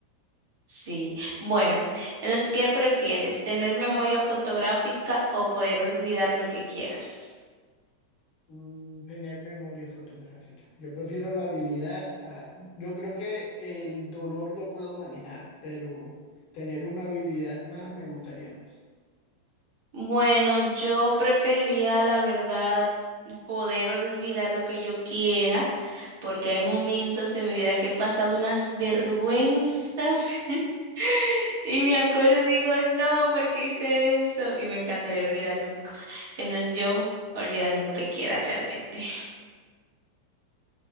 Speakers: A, on the right (about 55°); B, on the left (about 45°).
A: Sí. Bueno, entonces, ¿qué prefieres? ¿Tener memoria fotográfica o poder olvidar lo que quieras?
B: Mm, Tener memoria fotográfica. Yo prefiero la habilidad. a- yo creo que el dolor lo puedo manejar, pero tener una habilidad más me gustaría más.
A: Bueno, yo preferiría, la verdad, poder olvidar lo que yo quiera, porque hay momentos en mi vida que he pasado unas vergüenzas <laughs> y me acuerdo y digo, no, porque hice eso? Y me encantaría olvidarme. Entonces yo, olvidarme lo que quiera realmente. <laughs>